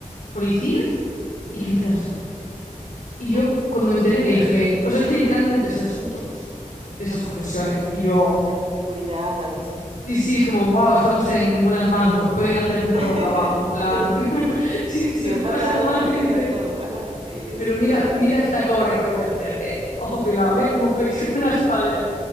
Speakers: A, on the left; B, on the right.
A: policías y gente de rescate. Y yo
B: Uy, mira,
A: cuando
B: no
A: me enteré
B: sabía.
A: dije, o sea, es que literalmente, o sea, son todos de esas profesiones. Y yo...
B: De seguridad, algo así.
A: Sí, sí, es como, wow, estamos en, en buenas manos, po- pueden hacerme un perro
B: <laughs>
A: boca abajo, en plan, <laughs> si, si
B: Si
A: lo
B: me
A: estoy
B: pasa
A: pasando
B: algo,
A: mal
B: acá
A: me dicen,
B: están todos. Ajá, sí, sí,
A: pero mira,
B: sí. Bueno, ahí.
A: mira esta cobra que voy a hacer, ¿eh? Ojo, cuidado, mira cómo flexiono la espalda y yo.